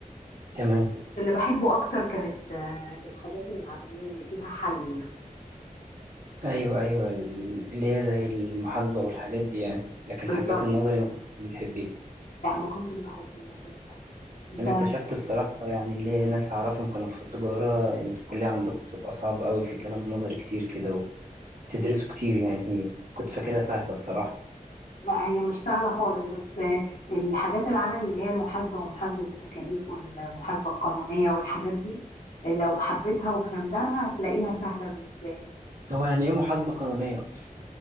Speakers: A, on the right; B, on the left.
A: تمام
B: اللي بحبه اكتر كانت آه، الحاجات العملية اللي فيها حل يعني
A: ايوه ايوه ال- اللي هي زي المحاسبه والحاجات دي يعني لكن
B: بالظبط
A: الحاجات النظري ما كنتش بتحبيها
B: لا ما كنتش بحب النظري خالص انت
A: انا اكتشفت الصراحه يعني ليه ناس اعرفهم كانوا في التجاره انتوا الكليه عندكم بتبقى صعبه قوي في كلام نظري كتير كده وتدرسوا كتير يعني كنت فاكرها سهله الصراحه
B: لا هي مش سهلة خالص بس الحاجات العملي اللي هي المحاسبة ومحاسبة التكاليف والمحاسبة القانونية والحاجات دي لو حبيتها وفهمتها هتلاقيها سهلة بالنسبة لك
A: هو يعني ايه محاسبه قانونيه اصلا